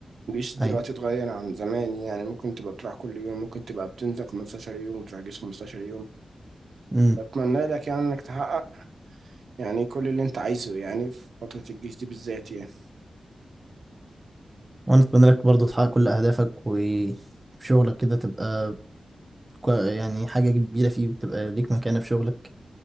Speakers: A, on the right; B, on the right.
A: الجيش دلوقتي
B: ايوه
A: اتغير عن زمان يعني ممكن تبقى بتروح كل يوم ممكن تبقى بتنزل 15 يوم وتروح جيش 15 يوم
B: مم.
A: أتمنى لك يعني إنك تحقق يعني كل اللي أنت عايزه يعني في فترة الجيش دي بالذات يعني
B: وانا اتمنى لك برضه تحقق كل اهدافك وفي شغلك كده تبقى كو- يعني حاجة كبيرة فيه وتبقى ليك مكانة في شغلك